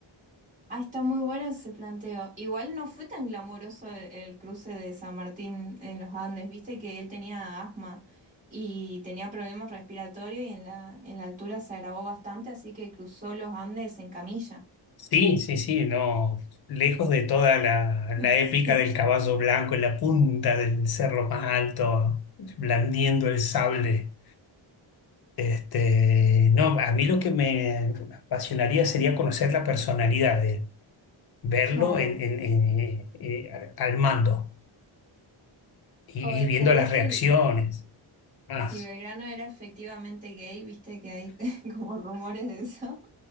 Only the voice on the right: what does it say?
Ah, está muy bueno ese planteo. Igual no fue tan glamoroso el, el cruce de San Martín en los Andes, viste que él tenía asma y tenía problemas respiratorios y en la, en la altura se agravó bastante, así que cruzó los Andes en camilla. <laughs>
Sí,
claro.
O descubrir
si
Si Belgrano era efectivamente gay, viste que hay <laughs> como rumores de eso.